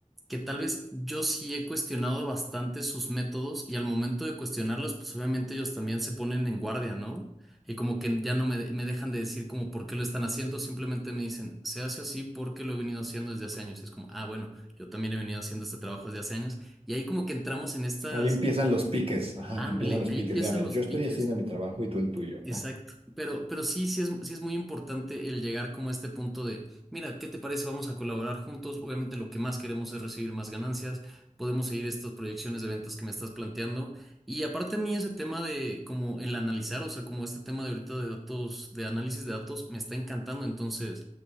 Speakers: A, in the centre; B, on the right.
A: que tal vez yo sí he cuestionado bastante sus métodos y al momento de cuestionarlos, pues obviamente ellos también se ponen en guardia, ¿no? Y como que ya no me, de- me dejan de decir como por qué lo están haciendo, simplemente me dicen, se hace así porque lo he venido haciendo desde hace años. Y es como, ah, bueno, yo también he venido haciendo este trabajo desde hace años. Y ahí como que entramos en estas,
B: Ahí empiezan los piques, ajá,
A: ándale,
B: empiezan los
A: ahí
B: piques
A: empiezan
B: de, a ver,
A: los
B: yo estoy
A: piques.
B: haciendo mi trabajo y tú el tuyo.
A: Exacto, pero, pero sí, sí es, sí es muy importante el llegar como a este punto de, mira, ¿qué te parece? Vamos a colaborar juntos. Obviamente lo que más queremos es recibir más ganancias, podemos seguir estas proyecciones de ventas que me estás planteando. Y aparte a mí ese tema de como el analizar, o sea, como este tema de ahorita de datos, de análisis de datos, me está encantando. Entonces,